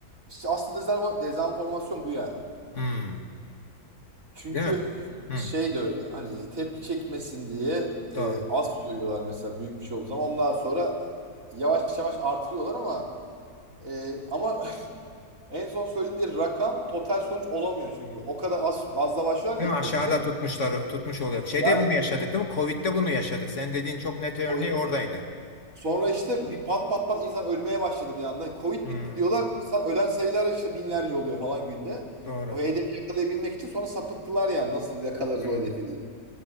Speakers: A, on the right; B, on the left.
A: işte asıl dezerva- dezenformasyon bu yani.
B: Hmm,
A: Çünkü
B: değil mi? Hmm,
A: şey de öyle hani tepki çekmesin diye
B: doğru.
A: e, az söylüyorlar mesela büyük bir şey olduğu zaman ondan sonra yavaş yavaş artırıyorlar ama e, ama En son söyledikleri rakam total sonuç olamıyor çünkü. O kadar az azla başlar
B: Değil
A: ilk
B: mi? Aşağıda
A: önce.
B: tutmuşlar, tutmuş oluyor. Şeyde
A: Yani
B: bunu yaşadık değil mi? Covid'de bunu yaşadık. Sen dediğin çok net örneği
A: Covid'de.
B: oradaydı.
A: Sonra işte bir pat pat pat insan ölmeye başladı bir anda. Covid
B: Hmm,
A: bitti diyorlar. İnsan ölen sayılar işte binlerce oluyor falan günde.
B: doğru.
A: O hedefi yakalayabilmek için sonra sapıttılar yani nasıl yakalarız
B: Hmm.
A: o hedefi diye.